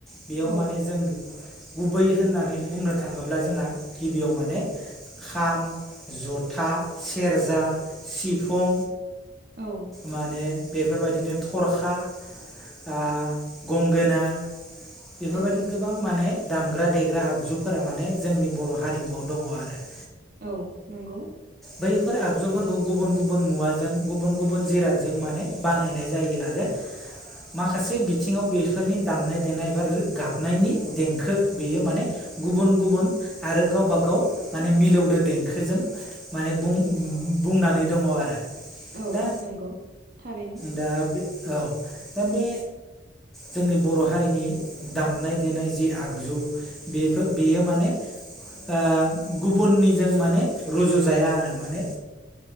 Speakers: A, in the centre; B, on the right.
A: बेयाव
B: औ
A: माने जों गुबै होननानै बुंनो थाङोब्ला जोंहा गिबियाव माने खाम जथा सेरजा सिफुं।
B: औ।
A: माने बेफोरबायदिनो थरखा ओ गंगोना बेफोरबायदि
B: औ
A: गो बां माने दामग्रा देग्रा आगजुफोरा माने जोंनि बर' हारिमुआव दङआरो।
B: औ नंगौ।
A: बैफोर आगजुफोरखौ गुबुन गुबुन मुवाजों गुबुन गुबुन जिरादजों जों माने बानायनाय जायो आरो। माखासे बिथिङाव बेफोरनि दामनाय देनाय एबा रो गाबनायनि देंखो बेयो माने गुबुन गुबुन आरो गावबा गाव माने मिलौदो देंखोजों माने बुं-बुंनानै दङ आरो।
B: औ
A: दा
B: नंगौ थारैनो।
A: दा बे औ दा बे जोंनि बर' हारिनि दामनाय देनाय जे आगजु बेफो बेयो माने ओ गुबुननिजों माने रुजु जाया आरो माने